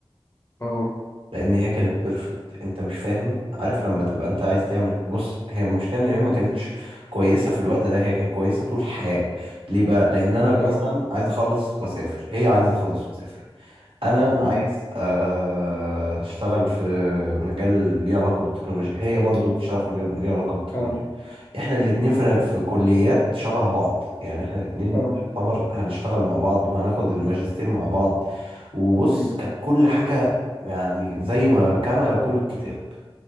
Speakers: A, on the left (about 25°); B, on the right (about 65°).
A: اه
B: لان هي كانت بيرفكت انت مش فاهم عارف لما تبقى انت عايز تعمل بص هي المشكله ان هي ما كانتش كويسه في الوقت ده هي كانت كويسه طول الحياه ليه بقى لان انا كنت
A: اه
B: مثلا عايز اخلص واسافر هي عايزه تخلص وتسافر انا
A: امم
B: عايز آه، اشتغل في مجال ليه علاقه بالتكنولوجيا هي برضو بتشتغل في مجال ليه علاقه بالتكنولوجيا
A: اه
B: احنا الاتنين في في كليات شبه بعض يعني احنا الاتنين
A: اه
B: يعتبر هنشتغل مع بعض وهناخد الماجستير مع بعض وبص
A: امم
B: كانت كل حاجة يعني زي ما كما يقول الكتاب